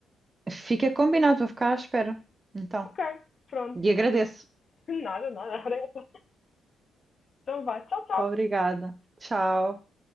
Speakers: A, on the right; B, on the left.
A: Fica combinado, vou ficar à espera. Então,
B: Ok, pronto.
A: e agradeço.
B: Nada, nada. <laughs> Então vai, tchau, tchau.
A: Obrigada. Tchau.